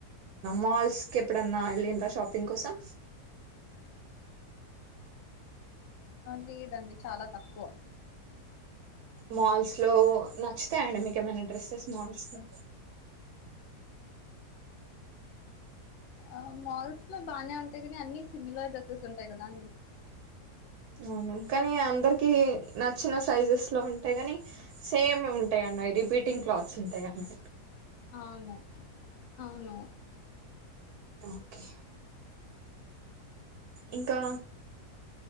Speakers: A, on the right; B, on the left.
A: మాల్స్ కెప్పుడన్నా వెళ్ళిండ షాపింగ్ కోసం
B: లేదండి చాల తక్కువ
A: మాల్స్ లో నచ్చుతాయండి మీకు ఏమైన డ్రెస్సెస్ మాల్స్ లో
B: ఆ, మాల్స్ లో బాగనే ఉంటాయి కానీ అన్ని సిమిలర్ డ్రెస్సెస్ ఉంటాయి కదా అండి
A: అవును కనీ అందరికి నచ్చిన సైజెస్ లో ఉంటాయి కాని సే మె ఉంటాయి అండి అవి రిపీటింగ్ క్లాత్స్ ఉంటాయి కండి
B: అవును అవును
A: ఓకె ఇంకా